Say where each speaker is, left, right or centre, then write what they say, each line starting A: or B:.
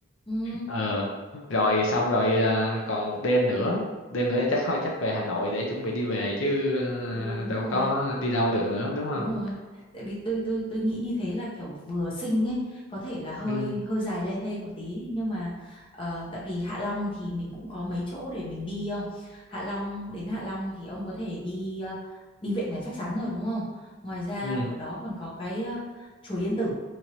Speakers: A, on the left; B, on the left.
A: ừ,
B: ờ rồi xong rồi à, còn một đêm nữa đêm nữa thì chắc thôi chắc về Hà Nội để chuẩn bị đi về chứ
A: ừ
B: ờ,
A: đúng
B: đâu có
A: rồi
B: đi đâu được nữa đúng không
A: Đúng rồi. Tại vì tôi tôi tôi nghĩ như thế là kiểu vừa sinh ấy, có thể là hơi
B: ừ
A: hơi dài lê thê một tí nhưng mà ờ, tại vì Hạ Long thì mình cũng có mấy chỗ để mình đi không? Hạ Long đến Hạ Long thì ông có thể đi ờ, đi Vịnh Ngoài Phách Sắn rồi đúng không? Ngoài ra
B: ừ
A: ở đó còn có cái ờ, chùa Yên Tử,